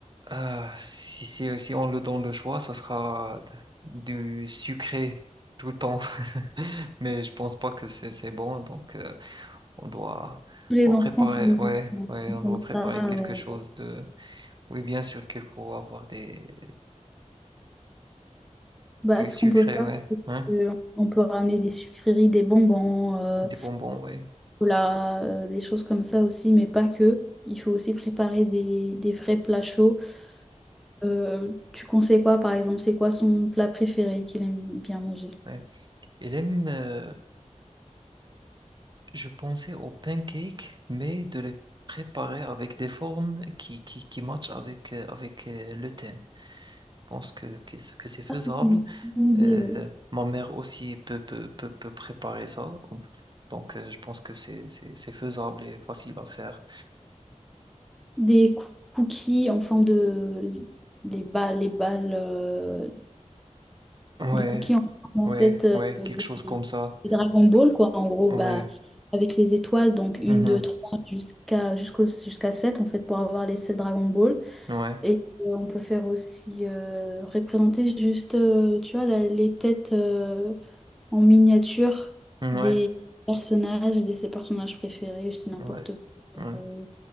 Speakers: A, on the right (about 35°); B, in the centre.
A: Euh, si, si, si on le donne le choix, ça sera du sucré tout le temps. <laughs> Mais je pense pas que c'est c'est bon, donc euh, on doit,
B: Tous les
A: on doit
B: enfants
A: préparer,
B: sont,
A: ouais,
B: sont
A: ouais, on
B: comme
A: doit préparer
B: ça.
A: quelque
B: euh.
A: chose de. Oui, bien sûr qu'il faut avoir des
B: Bah,
A: du
B: ce
A: sucré,
B: qu'on peut faire,
A: ouais,
B: c'est
A: hein,
B: qu'on peut ramener des sucreries, des bonbons. euh,
A: des bonbons, ouais,
B: chocolat, euh, des choses comme ça aussi, mais pas que. Il faut aussi préparer des, des vrais plats chauds. Euh, tu conseilles quoi, par exemple? C'est quoi son plat préféré qu'il aime bien manger?
A: ouais. Et même, euh, je pensais aux pancakes, mais de les préparer avec des formes qui qui qui matchent avec euh, avec euh, le thème. Je pense que que, que c'est faisable.
B: Ah, c'est une bonne idée,
A: Euh,
B: oui.
A: ma mère aussi peut, peut, peut, peut préparer ça. Donc, euh, je pense que c'est, c'est, c'est faisable et facile à faire.
B: Des cou- cookies en forme de... des balles, les balles... euh,
A: Ouais,
B: des cookies en forme,
A: ouais,
B: en fait, euh,
A: ouais,
B: des,
A: quelque chose comme
B: des
A: ça.
B: Dragon Ball, quoi. En gros,
A: Ouais,
B: bah, avec les étoiles, donc une,
A: mhm,
B: deux, trois, jusqu'à jusqu'au, jusqu'à 7 en fait, pour avoir les 7 Dragon Ball.
A: ouais,
B: Et euh, on peut faire aussi euh, représenter juste, euh, tu vois, la- les têtes euh, en miniature
A: ouais,
B: des personnages, de ses personnages préférés, je dis n'importe
A: ouais,
B: quoi.
A: ouais,
B: euh,